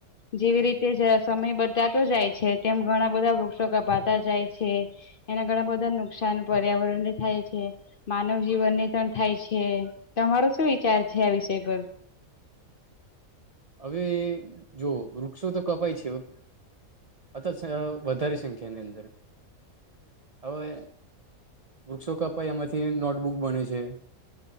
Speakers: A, on the left; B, on the right.
A: જેવી રીતે જરા સમય બતાતો જાય છે, તેમ ઘણા બધા વૃક્ષો કાપાતા જાય છે. એના ઘણાબધા નુકશાન પર્યાવરણને થાય છે. માનવ જીવનને પણ થાય છે. તમારો સુ વિચાર છે, આ વિષય પર?
B: હવે, જો વૃક્ષો તો કપાય છે હવ અથ છ વધારે સંખ્યાની અંદર હવે, વૃક્ષો કપાય એમાંથી નોટબુક બને છે.